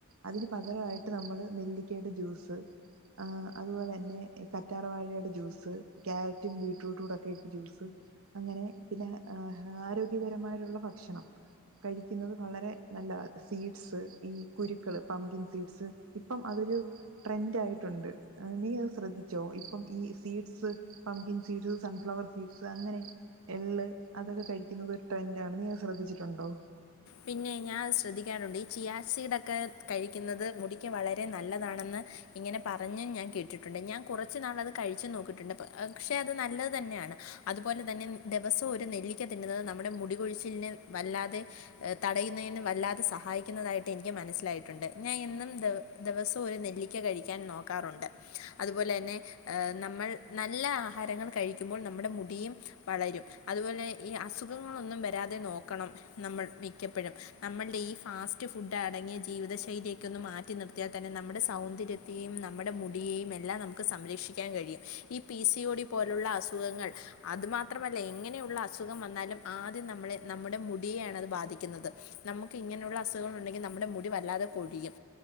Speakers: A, on the right; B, on the left.
A: അതിന് പകരമായിട്ട് നമ്മള് നെല്ലിക്കയുടെ ജ്യൂസ് ആഹ് അതുപോല ന്നെ ഈ കറ്റാർ വാഴയുടെ ജ്യൂസ് ക്യാരറ്റും ബീട്രൂട്ടൂടൊക്കെയിട്ട് ജ്യൂസ് അങ്ങനെ പിന്നെ ആഹാ ആരോഗ്യകരമായിട്ടുള്ള ഭക്ഷണം കഴിക്കുന്നത് വളരെ നല്ലതാ സീഡ്സ് ഈ കുരുക്കള് പംകിൻ സീഡ്സ് ഇപ്പം അതൊരു ട്രെൻഡായിട്ടുണ്ട് ആഹ് നീ അത്‌ ശ്രദ്ധിച്ചോ ഇപ്പം ഈ seeds pumpkin seeds sunflower seeds അങ്ങനെ എള്ള് അതൊക്കെ കഴിക്കുന്നുന്നത് ഒരു ട്രെൻഡാണ് നീ അത്ശ്രദ്ധിച്ചിട്ടുണ്ടോ
B: പിന്നെ ഞാൻ ശ്രദ്ധിക്കാറുണ്ട് ഈ ചിയാസീഡൊക്കെ കഴിക്കുന്നത് മുടിക്ക് വളരെ നല്ലതാണെന്ന് ഇങ്ങനെ പറഞ്ഞും ഞാൻ കേട്ടിട്ടുണ്ട് ഞാൻ കുറച്ചു നാൾ അത് കഴിച്ചും നോക്കീട്ടുണ്ട് പക്ഷെ അത് നല്ലത് തന്നെയാണ് അതുപോലെ തന്നെ ദിവസവും ഒരു നെല്ലിക്ക തിന്നുന്നത് നമ്മുടെ മുടികൊഴിച്ചിലിന് വല്ലാതെ അഹ് തടയുന്നതിന് വല്ലാതെ സഹായിക്കുന്നതായിട്ട് എനിക്ക് മനസ്സിലായിട്ടുണ്ട് ഞാൻ എന്നും ദിവസവും ഒരു നെല്ലിക്ക കഴിക്കാൻ നോക്കാറുണ്ട് അതുപോലെ തന്നെ ആഹ് നമ്മൾ നല്ല ആഹാരങ്ങൾ കഴിക്കുമ്പോൾ നമ്മുടെ മുടിയും വളരും അതുപോലെ ഈ അസുഖങ്ങളൊന്നും വരാതെ നോക്കണം നമ്മൾ മിക്കപ്പഴും നമ്മൾടെ ഈ ഫാസ്റ്റ് ഫുഡ് അടങ്ങിയ ജീവിതശൈലിയൊക്കെ ഒന്ന് മാറ്റി നിർ ത്തിയ തന്നെ നമ്മുടെ സൗന്ദര്യത്തെയും നമ്മുടെ മുടിയേയും എല്ലാം നമുക്ക് സംരക്ഷിക്കാൻ കഴിയും ഈ പി സി ഒ ഡി പോലുള്ള അസുഖങ്ങൾ അതുമാത്രമല്ല എങ്ങനെയുള്ള അസുഖം വന്നാലും ആദ്യം നമ്മളെ നമ്മുടെ മുടിയെയാണത് ബാധി ക്കുന്നത് നമുക്ക് ഇങ്ങനെയുള്ള അസുഖങ്ങൾ ഉണ്ടെങ്കിൽ നമ്മുടെ മുടി വല്ലാതെ കൊഴിയും